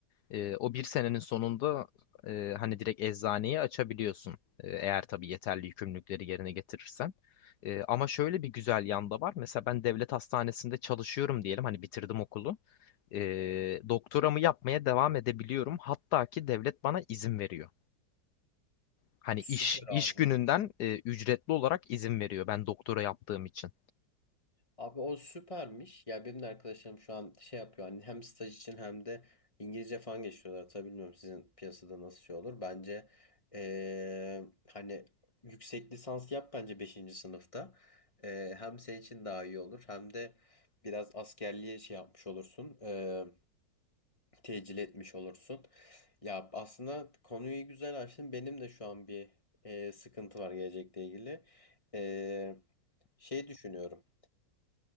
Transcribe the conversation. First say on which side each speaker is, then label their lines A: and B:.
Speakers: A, on the left (about 65°); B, on the left (about 15°).
A: E, o bir senenin sonunda e, hani direkt eczaneyi açabiliyorsun. E, eğer tabii yeterli yükümlülükleri yerine getirirsen. E, ama şöyle bir güzel yanda var. Mesela ben devlet hastanesinde çalışıyorum diyelim hani bitirdim okulu. E, doktoramı yapmaya devam edebiliyorum. Hatta ki devlet bana izin veriyor. Hani
B: Süper
A: iş
B: abi.
A: iş gününden e, ücretli olarak izin veriyor ben doktora yaptığım için.
B: Abi o süpermiş. Ya benim de arkadaşlarım şu an şey yapıyor. Hani hem staj için hem de İngilizce falan geçiyorlar. Tabii bilmiyorum sizin piyasada nasıl şey olur. Bence eee, hani yüksek lisans yap bence beşinci sınıfta. Eee, hem senin için daha iyi olur. Hem de biraz askerliğe şey yapmış olursun. Eee tecil etmiş olursun. Ya aslında konuyu güzel açtın. Benim de şu an bir eee, sıkıntı var gelecekle ilgili. Eee şey düşünüyorum.